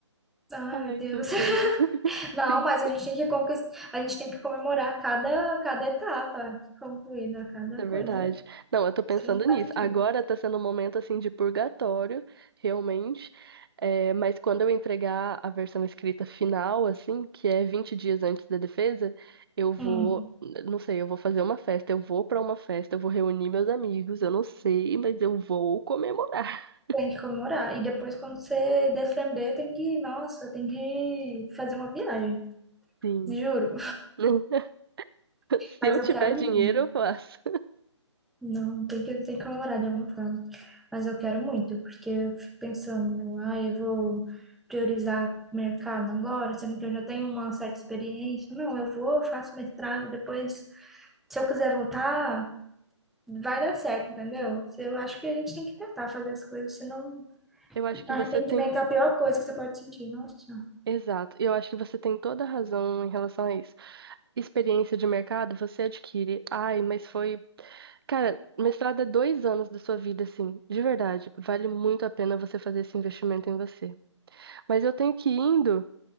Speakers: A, in the centre; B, on the right.
A: Ai,
B: Ai,
A: meu Deus.
B: socorro.
A: <laughs> Não,
B: Sim.
A: mas a gente tem que conquistar, a gente tem que comemorar cada, cada etapa concluída, cada
B: É
A: coisa.
B: verdade. Não, eu tô pensando
A: Isso não faz
B: nisso.
A: sentido.
B: Agora tá sendo um momento assim de purgatório, realmente. É, mas quando eu entregar a versão escrita final, assim, que é 20 dias antes da defesa, eu vou,
A: Hum,
B: não sei, eu vou fazer uma festa, eu vou pra uma festa, eu vou reunir meus amigos, eu não sei, mas eu vou comemorar.
A: tem que comemorar. E depois, quando você defender, tem que, nossa, tem que fazer uma viagem.
B: Sim.
A: Juro.
B: <laughs> Se
A: Mas
B: eu
A: eu
B: tiver
A: quero
B: dinheiro,
A: muito.
B: eu faço.
A: Não, tem que, tem que comemorar de alguma forma. Mas eu quero muito, porque eu fico pensando, ah, eu vou priorizar mercado agora, sendo que eu já tenho uma certa experiência. Não, eu vou, faço mestrado, depois, se eu quiser voltar. vai dar certo, entendeu? Eu acho que a gente tem que tentar fazer as coisas, senão
B: Eu acho que
A: arrependimento
B: você tem.
A: é a pior coisa que você pode sentir. Nossa, Senhora.
B: Exato. Eu acho que você tem toda a razão em relação a isso. experiência de mercado você adquire. Ai, mas foi. Cara, mestrado é dois anos da sua vida, assim, de verdade. Vale muito a pena você fazer esse investimento em você. Mas eu tenho que ir indo,